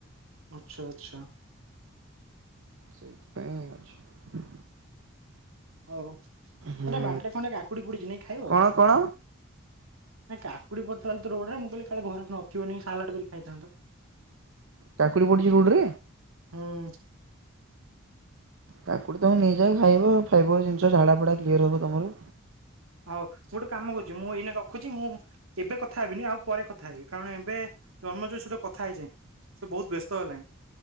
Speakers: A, on the right; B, on the right.
A: ଆଚଛା ଆଚଛା।
B: ସେଇଥିପାଇଁ ଅଛି।
A: ହଉ
B: ହୁଁ
A: ମତେ ବାଟରେ ଖଣ୍ଡେ କାକୁଡି ପୁଡିଚି ନେଇକି ଖାଇବ?
B: କଣ କଣ
A: ନା କାକୁଡି ପଡ଼ିଥିଲା ତ ରୋଡରେ ମୁଁ କହିଲି କାଳେ ଘର ନଥିବନି ସାଲାଡ କରି ଖାଇଥାନ୍ତ।
B: କାକୁଡି ପଡିଚି ରୋଡ଼ରେ?
A: ହୁଁ
B: କାକୁଡି ତମେ ନେଇଯାଅ ଖାଇବ, ଖାଇବ ଜିନିଷ ଝାଡ଼ା ଫଡ଼ା କ୍ଲିଅର ହେବ ତମର।
A: ହଉ ମୁଁ ଗୋଟେ କାମ କରୁଚି ମୁଁ ଏଇନା ରଖୁଚି, ମୁଁ ଏବେ କଥା ହେବିନି ଆଉ ପରେ କଥା ହେବି କାରଣ ଏବେ ଜନ୍ମଯୟ ସହିତ କଥା ହେଇଯାଏ ସେ ବହୁତ ବ୍ୟସ୍ତ ହେଲାଣି।